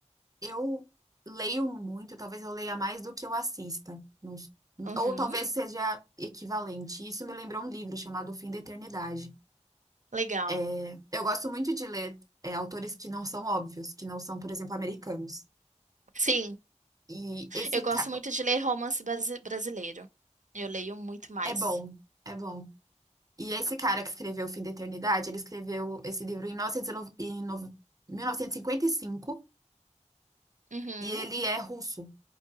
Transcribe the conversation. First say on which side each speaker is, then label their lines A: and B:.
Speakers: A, on the right; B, on the right.
A: Eu leio muito, talvez eu leia mais do que eu assista. Não s-
B: Uhum,
A: Ou talvez seja equivalente. Isso me lembrou um livro chamado O Fim da Eternidade.
B: legal.
A: É, eu gosto muito de ler, é, autores que não são óbvios, que não são, por exemplo, americanos.
B: Sim.
A: E esse
B: Eu gosto
A: cara
B: muito de ler romance brasi- brasileiro. Eu leio muito mais.
A: é bom, é bom. E esse cara que escreveu O Fim da Eternidade, ele escreveu esse livro em 1909 em no- 1955 e cinquenta e cinco
B: Uhum.
A: e ele é russo.